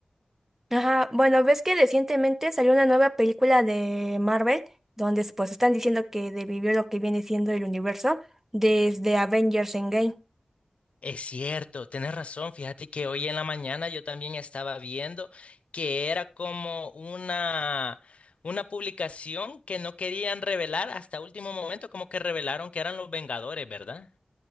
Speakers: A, on the right; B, on the left.
A: Ajá, bueno, ves que recientemente salió una nueva película de Marvel, donde pues están diciendo que vivió lo que viene siendo el universo desde Avengers Endgame.
B: Es cierto, tienes razón. Fíjate que hoy en la mañana yo también estaba viendo que era como una, una publicación que no querían revelar hasta último momento, como que revelaron que eran los Vengadores, ¿verdad?